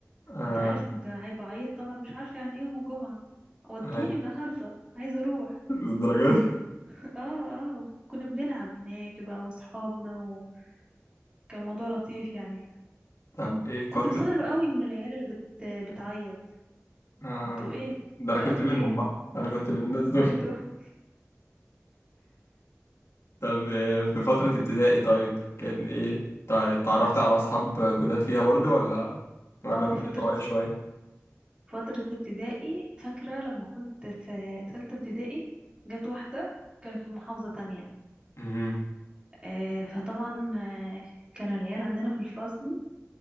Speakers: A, on the left (about 60°); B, on the right (about 20°).
A: اه
B: أنت عارف كنت عايبة بعيط طبعا مش عارفة يعني إيه يوم الجمعة ودوني
A: هاي
B: النهاردة عايزة أروح
A: <laughs> للدرجة دي
B: <laughs> اه اه كنا بنلعب هناك بقى وأصحابنا وكان الموضوع لطيف يعني
A: طب ايه في
B: كنت
A: فترة
B: بستغرب قوي من العيال اللي بت... بتعيط
A: اه
B: انتوا ايه بتعيطوا
A: ده انا كنت منهم
B: ليه
A: بقى انا كنت من الناس
B: انت
A: دول
B: كنت واحد؟
A: طب إيه في فترة ابتدائي طيب كان ايه تع- اتعرفت على اصحاب جداد فيها برضو ولا ولا
B: اه
A: كنت
B: فترة
A: طوعية شوية
B: فترة ابتدائي فاكرة لما كنت في تالتة ابتدائي جت واحدة كانت من محافظة تانية
A: امم
B: آه، فطبعا آه، كان العيال عندنا في الفصل